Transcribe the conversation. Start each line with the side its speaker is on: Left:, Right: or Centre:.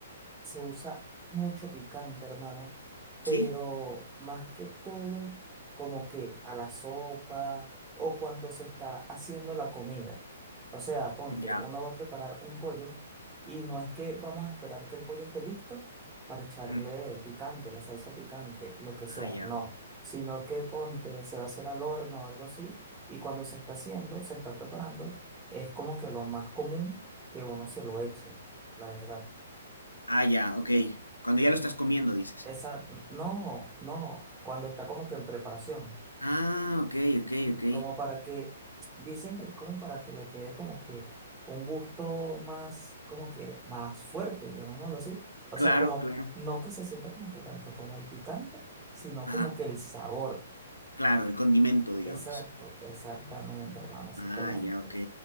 Right: se usa mucho picante, hermano, pero
Left: ¿sí?
Right: más que todo, como que a la sopa o cuando se está haciendo la comida. O sea, ponte,
Left: Ya.
Right: uno va a preparar un pollo y no es que vamos a esperar que el pollo esté listo para echarle
Left: ujú.
Right: el picante, la salsa picante, lo que sea,
Left: Ah, ya.
Right: no, sino que ponte, se va a hacer al horno o algo así y cuando se está haciendo, se está preparando, es como que lo más común que uno se lo eche, la verdad.
Left: Ah, ya, ok. Cuando ya lo estás comiendo, dices.
Right: Esa, no, no, cuando está como que en preparación,
Left: Ah, ok, ok, ok.
Right: como para que, dicen que como para que le quede como que un gusto más, como que más fuerte, llamémoslo así. O
Left: Claro,
Right: sea, como,
Left: claro.
Right: no que se sienta como que tanto como el picante, sino
Left: Ajá.
Right: como que el sabor.
Left: Claro, el condimento, digamos.
Right: Exacto, exactamente, hermano, exactamente.
Left: Ah, ya, ok.